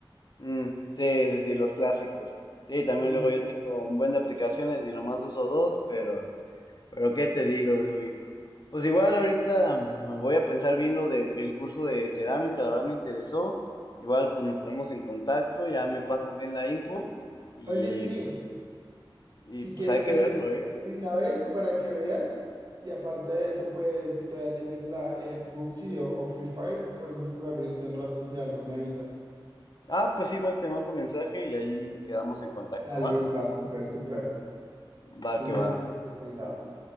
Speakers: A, on the left (about 50°); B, on the right (about 50°).
A: Mm, sí, sí, sí, los clásicos. Sí, también
B: Mm,
A: luego yo tengo un buen de aplicaciones y nomás uso dos, pero Pero qué te digo, Dewey. Pues igual ahorita voy a pensar bien lo del curso de cerámica, la verdad me interesó. Igual pues nos ponemos en contacto, ya me pasas bien la info y
B: Oye, sí.
A: pues y
B: Si
A: pues
B: quieres,
A: hay que
B: ahí
A: verlo,
B: te
A: ¿eh?
B: envío de una vez para que veas. Y aparte de eso, pues si todavía tienes la eh, PUBG o, o Free Fire, podemos jugar ahorita un rato si algo me avisas.
A: Ah, pues igual te mando mensaje y ahí quedamos en contacto,
B: Dale,
A: ¿va?
B: pa, súper, súper.
A: Va
B: Entonces
A: que
B: me avisas
A: va.
B: cualquier cosa.